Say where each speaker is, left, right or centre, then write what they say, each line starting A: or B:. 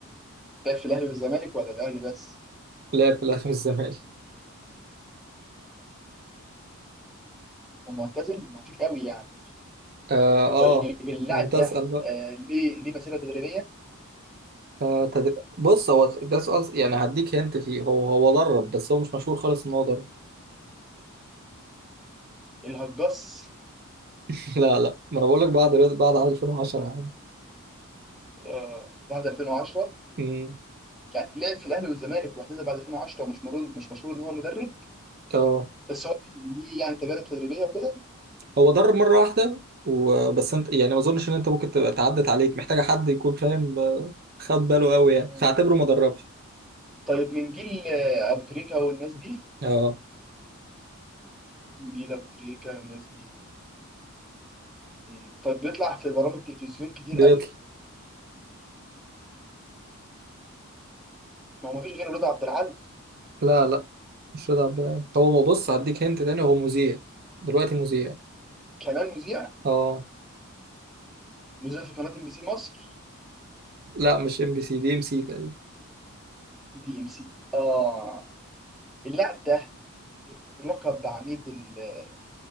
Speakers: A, in the centre; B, on the right.
A: لعب في الاهلي والزمالك ولا الاهلي بس
B: لعب في الأهلي والزمالك
A: ومعتزل ما فيك قوي يعني
B: آه, آه
A: طيب اللاعب
B: ما أنت أسأل
A: ده
B: بقى
A: آه، ليه ليه مسيره تدريبيه
B: آه تدري. بص هو ده سؤال يعني هديك هنت فيه هو هو درب بس هو مش مشهور خالص إن هو درب
A: الهجاص
B: <laughs> لا لا ما أنا بقول لك بعد رياض- بعد عام 2010 يا عم
A: آه، بعد 2010
B: مم.
A: يعني لعب في الاهلي والزمالك واعتزل بعد 2010 ومش مشهور مش مشهور ان هو مدرب
B: آه
A: بس هو ليه يعني تجارب تدريبيه وكده
B: هو درب مرة واحدة وبس أنت يعني ما أظنش إن أنت ممكن تبقى تعدت عليك محتاجة حد يكون فاهم آه، خد باله قوي
A: مم.
B: يعني فاعتبره ما دربش
A: طيب من جيل آه، ابو تريكه والناس دي
B: آه
A: من جيل ابو تريكه والناس دي مم. طيب بيطلع في برامج تلفزيون كتير
B: بيطلع
A: قوي ما هو مفيش غير رضا عبد العال
B: لا لا مش رضا عبد العال هو ما بص هديك هنت تاني هو مذيع دلوقتي مذيع
A: كمان مذيع
B: اه
A: مذيع في قناة ام بي سي مصر
B: لا مش ام بي سي دي ام سي تقريبا
A: دي ام سي اه اللاعب ده يلقب بعميد ال-